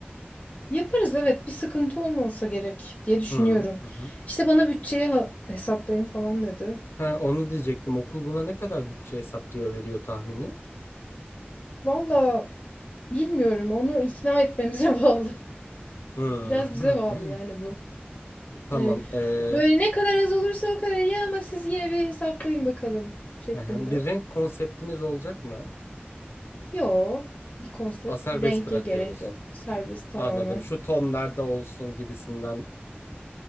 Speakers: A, on the left; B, on the left.
A: yaparız evet bir sıkıntı olmasa gerek diye düşünüyorum.
B: Hı hı. hı.
A: İşte bana bütçeyi ha- hesaplayın falan dedi.
B: Ha, onu diyecektim. Okul buna ne kadar bütçe hesaplıyor, veriyor tahmini?
A: Valla bilmiyorum onu ikna etmemize <laughs> bağlı.
B: Hı.
A: Biraz bize bağlı
B: <laughs>
A: yani bu.
B: Tamam.
A: Hani
B: Ee,
A: böyle ne kadar az olursa o kadar iyi ama siz yine bir hesaplayın bakalım şeklinde.
B: hı hı. bir renk konseptimiz olacak mı?
A: Yo bir konsept
B: A, Serbest
A: renge
B: bırakıyoruz.
A: gerek yok. Servis tamamen.
B: Anladım. Şu tonlarda olsun gibisinden.